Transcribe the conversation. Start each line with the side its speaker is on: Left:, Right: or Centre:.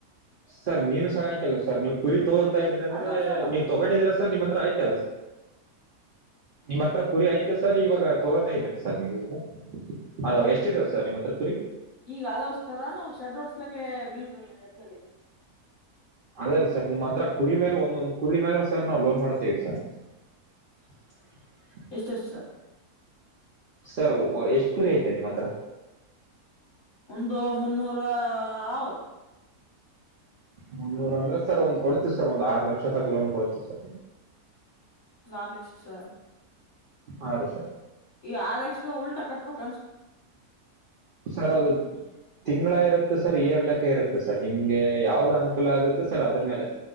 Right: ಸರ್ ಮೀನು ಸಾಗಾಣಿಕಲ್ಲ ಸರ್ ನೀವು ಪುರಿ ತೋ ಇದ್ರ ಅಂದ್ರೆ
Left: ಅದಾವ ಸರ್ ನಮ್ಗೆ
Right: ನೀವು್ ತಗೊಂಡಿದೀರ ಸರ್ ನಿಮ್ಮ ಹತ್ರ ಆಯ್ತಾ ನಿಮ್ಮ ಹತ್ರ ಕುರಿ ಆಯ್ತ ಮ ಸರ್ ಇವಾಗ ತಗೋತಾ ಇದೀರಿ ಸರ್ ನೀವೀಗ ಅದ ಎಷ್ಟ ಇದೇವೆ ಸರ ನಿಮ್ಮತ್ರ ಕುರಿ
Left: ಈಗ ಅದಸರ ನಾವು ಶೆಡ್ ಹೊಡ್ಸ್ಲಿಕ್ಕೆ ಬಿಲ್ ಎತ್ತಲಕ್ಕೆತ್ತೀವಿ
Right: ಅದೇ ರೀ ಸರ್ ನಿಮ್ಮ್ ಹತ್ರ ಕುರಿ ಮೇಲೆ ಒಂದೊಂದು ಕುರಿ ಮೇಲೆ ಸರ್ ನಾವು ಲೋನ್ ಮಾಡ್ತೇವಿ ಸರ್ <inaudible> <unintelligible>
Left: ಎಷ್ಟು ಎಷ್ಟು ಸರ್
Right: ಸರ್ ಎಷ್ಟು ಕುರಿ ಐತೆ ನಿಮ್ಮ ಹತ್ರ
Left: ಒಂದು ಮುನ್ನೂರ ಹದ
Right: ಮುನ್ನೂರ ಅಂದ್ರೆ ಸರ್ ಒಂದ್ ಕೊಡ್ತೀವಿ ಸರ್ ಒಂದ್ ಆರು ಲಕ್ಷ ತಕ ಲೋನ್ ಕೊಡ್ತೀವಿ ಸರ್
Left: ಒಂದು ಆರು ಲಕ್ಷ ಸರ್
Right: ಹಾ ರೀ ಸರ್
Left: ಈ ಆದಕ್ಷದ ಉಲ್ಟಾ ಕಟ್ಬೇಕ
Right: ಸರ್ದು ತಿಂಗಳ ಇರ ಇತ್ತು ಸರ್ ಈರ್ ಲೆಕ್ಕ ಇರುತ್ತೆ ಸರ್ ನಿಮ್ಗೆ ಯಾವ್ದ್ ಅನುಕೂಲ ಆಗುತ್ತೆ ಸರ್ ಅದ್ರ ಮೇಲೆ